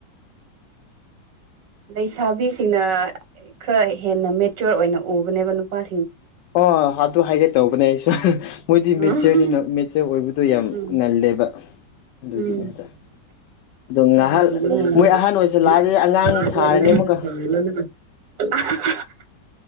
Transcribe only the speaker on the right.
ꯂꯩꯁꯥꯕꯤꯁꯤꯡꯅ ꯈꯔ ꯍꯦꯟꯅ ꯃꯦꯆꯣꯔ ꯑꯣꯏꯅ ꯎꯕꯅꯦꯕ ꯅꯨꯄꯥ
ꯎꯝ
ꯎꯝ
ꯎꯝ
ꯑꯗꯨꯒꯤꯅꯤ <unintelligible>